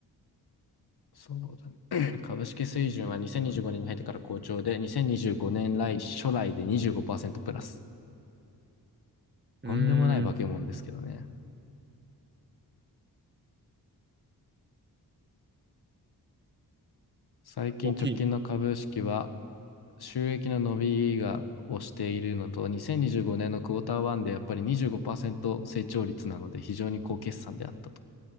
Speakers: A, on the left (about 70°); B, on the right (about 25°).
A: そうだね。<clears throat> <laughs> 株式水準は2025年にじゅうごねんに入ってから好調で、2025年来初来で25%プラス。とんでもない化け物ですけどね。
B: うーん。
A: 最近直近の株式は
B: 大きい。
A: 収益の伸びがをしているのと、2025年のクォーター1でやっぱり25%成長率なので非常に高決算であったと。